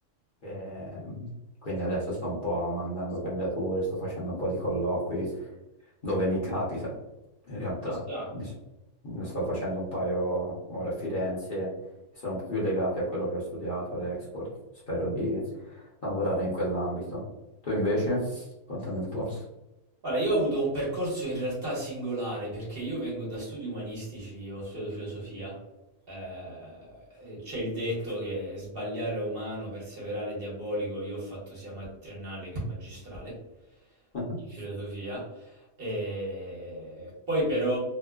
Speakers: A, on the left; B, on the right.
A: Ehm, quindi adesso sto un po' mandando candidature, sto facendo un po' di colloqui, dove mi capita. In realtà
B: Ci sta.
A: mi s- ne sto facendo un paio ora a Firenze che sono un po' più legati a quello che ho studiato all'Export. Spero di lavorare in quell'ambito. Tu invece? Contami un po'.
B: Guarda, io ho avuto un percorso in realtà singolare perché io vengo da studi umanistici, ho studiato filosofia. eh, e c'è il detto che sbagliare è umano, perseverare è diabolico. Io ho fatto sia ma- triennale che magistrale
A: <laughs>
B: in filosofia. E poi però